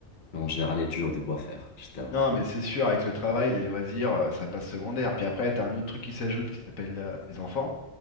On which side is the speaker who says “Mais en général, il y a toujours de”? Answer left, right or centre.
Left